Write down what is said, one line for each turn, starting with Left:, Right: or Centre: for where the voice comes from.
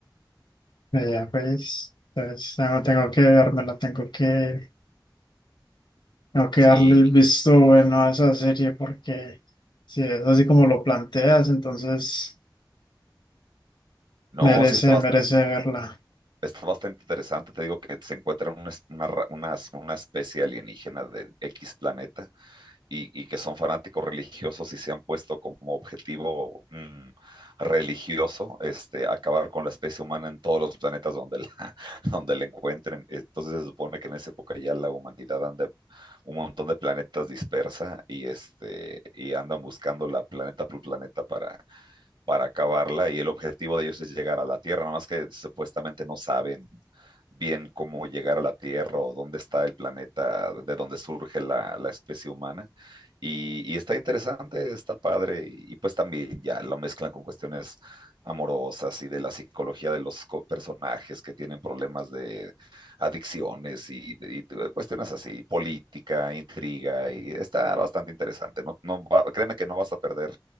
Left: Eh, Ya pues, entonces tengo, tengo que vermela, tengo que, tengo que
Right: Sí,
Left: darle el visto bueno a esa serie porque si es así como lo planteas, entonces...
Right: no,
Left: Merece,
Right: sí está, bas-
Left: merece verla.
Right: está bastante interesante. Te digo que se encuentran una, es- una ra- unas- una especie alienígena de X planeta y, y que son fanáticos religiosos y se han puesto como objetivo mm, religioso este, acabar con la especie humana en todos los planetas donde la, <laughs> donde la encuentren. Entonces se supone que en esa época ya la humanidad anda un montón de planetas dispersa y, este, y andan buscando la planeta por planeta para para acabarla y el objetivo de ellos es llegar a la Tierra, nomás que supuestamente no saben bien cómo llegar a la Tierra o dónde está el planeta, de dónde surge la, la especie humana. Y, y, está interesante, está padre y, y pues también ya lo mezclan con cuestiones amorosas y de la psicología de los co- personajes que tienen problemas de adicciones y, y, cuestiones así, política, intriga, y está bastante interesante. No, no, va- créeme que no vas a perder